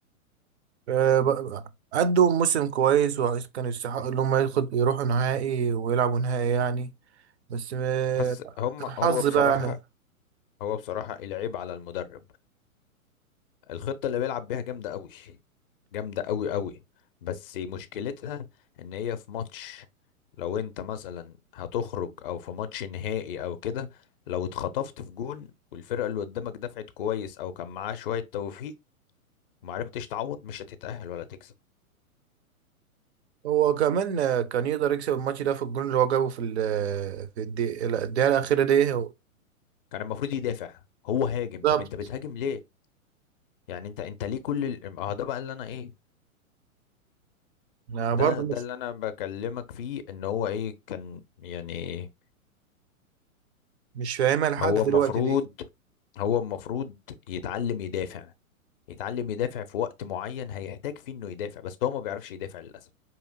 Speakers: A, on the right (about 50°); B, on the left (about 40°).
A: آه، بقى- أدوا موسم كويس وكانوا يستحقوا إن هم ياخد يروحوا نهائي ويلعبوا نهائي يعني بس آه،
B: بس هما
A: الحظ
B: هو بصراحة
A: بقى يعني
B: هو بصراحة العيب على المدرب الخطة اللي بيلعب بيها جامدة قوي جامدة قوي قوي بس مشكلتها ان هي في ماتش لو انت مثلا هتخرج او في ماتش نهائي او كده لو اتخطفت في جون والفرقة اللي قدامك دفعت كويس او كان معاه شوية توفيق ومعرفتش تعوض مش هتتأهل ولا تكسب
A: هو كمان آه، كان يقدر يكسب الماتش ده في الجون اللي هو جابه في ال في الدقيقة لا، الدقيقة الأخيرة دي
B: كان المفروض يدافع هو هاجم
A: بالظبط
B: طب انت بتهاجم ليه يعني انت انت ليه كل ال... اه ده بقى اللي انا ايه
A: أنا
B: ده
A: برضه
B: ده
A: مش
B: اللي انا بكلمك فيه ان هو ايه كان يعني
A: مش فاهمها لحد
B: ما هو المفروض
A: دلوقتي دي
B: هو المفروض يتعلم يدافع يتعلم يدافع في وقت معين هيحتاج فيه انه يدافع بس هو ما بيعرفش يدافع للاسف